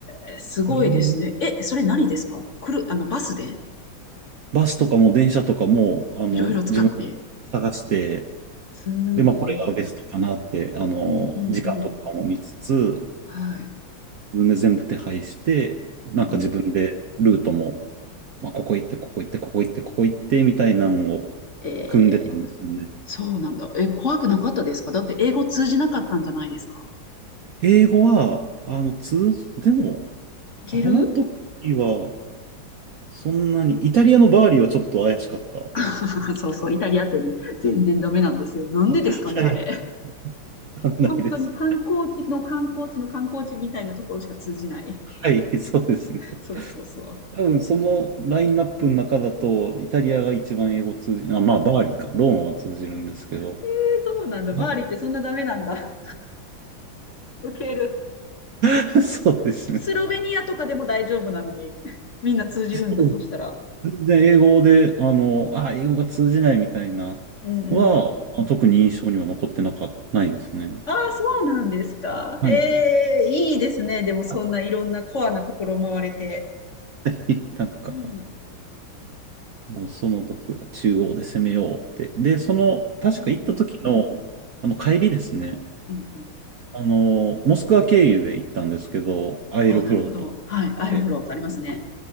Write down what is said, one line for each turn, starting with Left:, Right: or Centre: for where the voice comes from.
Left: え、すごいですね。
Right: サラエ
Left: え、それ何ですか来る、あの、バスで
Right: バスとかも電車とかも、あの、
Left: いろいろ使って。
Right: 自分で探して、
Left: すごい。
Right: で、まあ、これがベストかなって、
Left: うん
Right: あの、
Left: うんうん。
Right: 時間とかも見つつ、
Left: はい。
Right: 自分で全部手配して、なんか自分でルートも、
Left: うん、
Right: まあ、ここ行って、ここ行って、ここ行って、ここ行って、みたいなのを
Left: えー
Right: 組んでたんですよね。
Left: そうなんだ。え、怖くなかったですかだって英語通じなかったんじゃないですか
Right: 英語は、あの、通、でも、
Left: いける
Right: あの時は、そんなに、イタリアのバーリーはちょっと怪しかった。は
Left: <laughs> そうそう、イタリアってね、全然ダメなんですよ。なんでですかね、
Right: い、
Left: あれ。
Right: わかんないです。
Left: 本当に観光地の観光地の観光地みたいなところしか通じない。
Right: はい、そうですね。
Left: そうそうそ
Right: 多分そのラインナップの中だと、イタリアが一番英語通じる、あ、まあ、バーリか、ローマは通じるんですけど、
Left: う。えー、そうなんだ。
Right: まあ
Left: バーリーってそんなダメなんだ。ウケる。
Right: <laughs> そうですね。
Left: スロベニアとかでも大丈夫なのに、<laughs> みんな通じるんだ、
Right: そう
Left: そしたら。
Right: 全然英語で、あの、あ、英語が通じないみたいなは、
Left: うんうん。
Right: あ特に印象には残ってなか、ないですね。
Left: ああ、そうなんですか。
Right: はい。
Left: えー、いいですね。でも、そんないろんなコアなところを回れて。
Right: はい、<laughs> なんか、
Left: うん。
Right: もうその時は中央で攻めようって。で、その、確か行った時の、
Left: うんうん。
Right: あの、帰りですね。
Left: うんうん。
Right: あの、モスクワ経由で行ったんですけど、アエロフロートっ
Left: ああ、なるほど。はい。アイロフロートありますね。
Right: て。